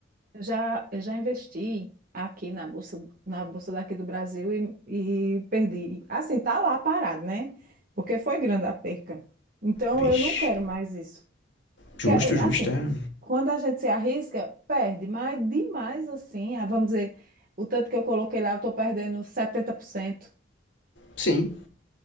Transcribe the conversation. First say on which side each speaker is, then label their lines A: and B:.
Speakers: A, on the right (about 50°); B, on the left (about 75°).
A: Eu já, eu já investi aqui na bolsa, na bolsa daqui do Brasil e, e perdi. Assim, tá lá parado, né? Porque foi grande a perca. Então
B: Vixe.
A: eu não quero mais isso.
B: Justo,
A: Que- eh,
B: justo,
A: Assim,
B: é.
A: quando a gente se arrisca, perde, mas demais assim, ah, vamos dizer, o tanto que eu coloquei lá, eu estou perdendo setenta por cento
B: Sim,